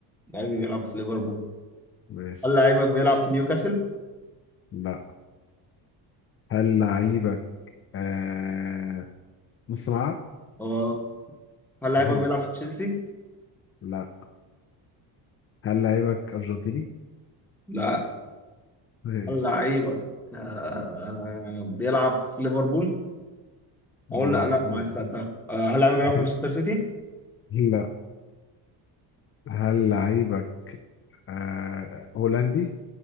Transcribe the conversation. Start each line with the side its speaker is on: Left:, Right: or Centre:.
Centre: لعيبي بيلعب في ليفربول
Left: ماشي
Centre: هل لعيبك بيلعب في نيوكاسل؟
Left: لا هل لعيبك آه نص ملعب؟
Centre: اه هل لعيبك
Left: ماشي
Centre: بيلعب في تشيلسي؟
Left: لا هل لعيبك أرجنتيني؟
Centre: لا
Left: ماشي
Centre: هل لعيبك آه بيلعب في ليفربول؟
Left: لا
Centre: اقول لا لا
Left: ما-
Centre: ما عايز سالتها آه هل لعيبك بيلعب
Left: <laughs>
Centre: في مانشستر سيتي؟
Left: لا هل لعيبك آه... هولندي؟